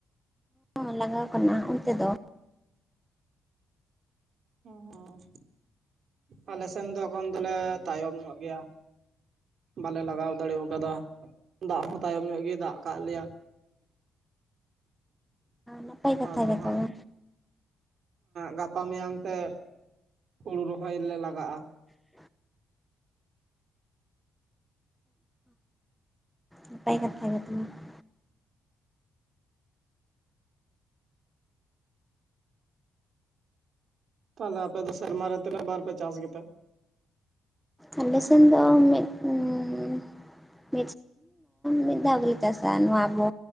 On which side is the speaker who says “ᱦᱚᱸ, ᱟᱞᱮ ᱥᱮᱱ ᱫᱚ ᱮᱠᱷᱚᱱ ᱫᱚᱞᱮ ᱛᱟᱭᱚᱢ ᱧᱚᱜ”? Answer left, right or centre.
Right